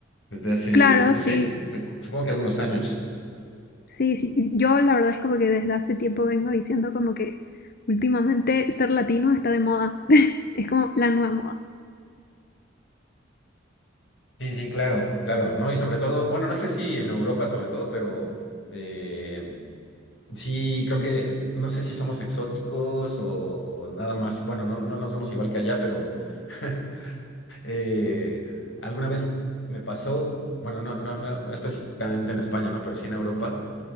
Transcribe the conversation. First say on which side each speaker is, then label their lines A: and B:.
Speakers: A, on the left; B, on the left.
A: desde hace,
B: Claro,
A: pues, no
B: sí,
A: sé, se- supongo que algunos años.
B: sí, sí, yo la verdad es como que desde hace tiempo vengo diciendo como que últimamente ser latino está de moda, <laughs> es como la nueva moda.
A: Sí, sí, claro, claro, ¿no? Y sobre todo, bueno, no sé si en Europa sobre todo, pero eh, sí, creo que, no sé si somos exóticos o, o nada más, bueno, no, no nos vemos igual que allá, pero <laughs> eh, alguna vez me pasó, bueno, no, no, no, no específicamente en España, ¿no? Pero sí en Europa,